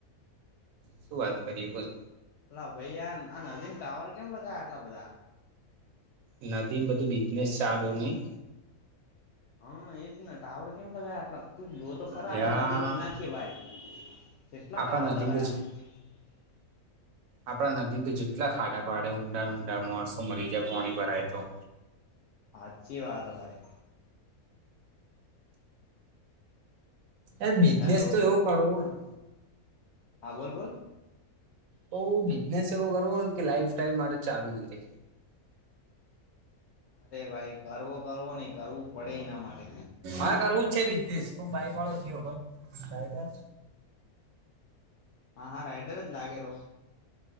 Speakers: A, on the right (about 70°); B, on the left (about 65°).
A: શું વાત કરીએ બોલ
B: અલા ભઈ આ આ નદી ટાવર કેમ લગાયા આટલા બધા
A: નદી બધું બિઝનેસ ચાલુ નહી
B: હ એજને ટાવર કેમ લગાવ આટલા તું જો તો ખરા
A: લ્યા
B: આખી નદી વન નાકેવાય કેટલા
A: આપણા
B: ટાવર લગાયા
A: નદીમ
B: <inaudible>
A: આપડા નદી તો જેટલા ખાડા પાડે ઊંડા ઊંડા માણસો મરી જાય પોણી ભરાય તો
B: હાચી વાત હે ભાઈ
A: એ બિઝનેસ
B: હેલો
A: તો એવું કરવું ન
B: હા બોલ બોલ
A: તો બિઝનેસ એવો કરવો કે લાઈફ ટાઈમ મારે ચાલુ જ રે
B: અરે ભાઈ કરવો કરવો નઈ કરવું પડે એના માટે
A: હા કરવુંજ છે બિઝનેસ હ બાઈક વાળો જયો બર રાઈડર
B: હા હા રાઇડર જ લાગે રો